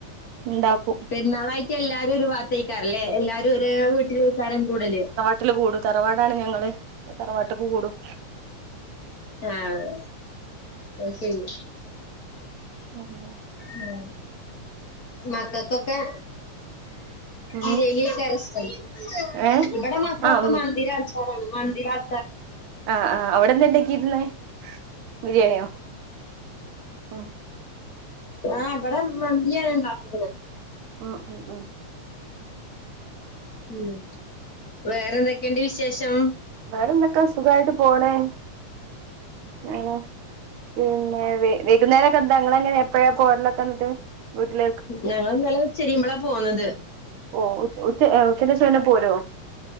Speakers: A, on the right; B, on the left.
A: ഇണ്ടാക്കും
B: പെരുന്നാളായിട്ട് എല്ലാരും ഒര് വാത്തെക്കാരംലെ എല്ലാരും ഒര് വീട്ടിലെക്കാരം കൂടല്.
A: ട്ടില് കൂടൂ തറവാടാണ് ഞങ്ങള് തറവാട്ട്ക്ക് കൂടും
B: ആഹ് അയ്‌ശെരി
A: ങാ പിന്നെ
B: മ് മക്കക്കൊക്കെ
A: ഉം
B: ഇലേലെകാരം ഇഷ്ട്ടം
A: ഏ
B: ഇവിടെ മക്കളോക്കെ
A: ആ ഉം
B: മന്തിരെ ആൾകാരാണ് മന്തി ആൾ
A: ആഹ് ആഹ് അവിടെന്താ ഉണ്ടാക്കിയിരുന്നെ ബിരിയാണിയോ? ഉം
B: ആഹ് ബടെ മന്തിയണ്ടാകികണേ
A: മ് മ് മ്
B: മ് വേറെന്തൊക്കെണ്ട് വിശേഷം?
A: വേറെന്തൊക്കെ സുഖായിട്ട് പോണേ, അങ്ങനെ പിന്നെ വൈ വൈകുന്നേരൊക്കെ ന്താ ഇങ്ങള് എങ്ങനെ എപ്പോഴ പോരലൊക്കെ എന്നിട്ട് വീട്ടിൽ
B: ഞങ്ങൾ ന്നലെ ഉച്ചെരിയുമ്പോളാ പോന്നത്
A: ഓ ഉച്ച ഉച്ചന്റെഷം പിന്നെ പോരോ